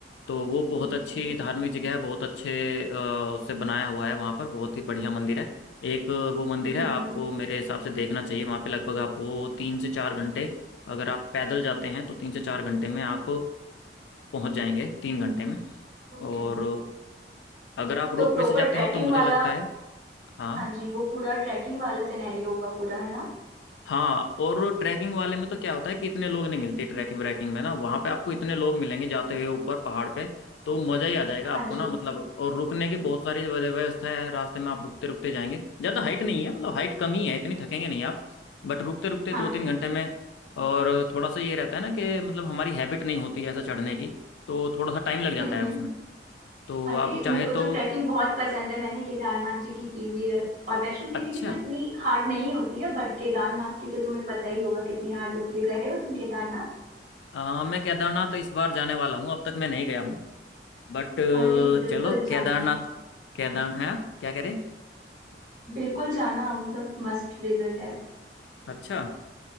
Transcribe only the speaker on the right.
ओके
हम्म
हम्म
ओके
तो
प्रॉपर
ट्रैकिंग
वाला
हाँ जी वो पूरा ट्रैकिंग वाला सिनेरियो होगा पूरा है ना
हाँ
जी
हाँ
हम्म
हम्म
अरे
मेरे को
तो ट्रैकिंग बहुत पसंद है मैंने केदारनाथ जी की की हुई है और वैष्णो देवी
की तो इतनी हार्ड नहीं होती है बट केदारनाथ की तो तुम्हें पता ही होगा कितनी हार्ड होती है गए हो तुम केदारनाथ
अरे बिल्कुल
जाना
बिल्कुल जाना मतलब मस्ट विजिट है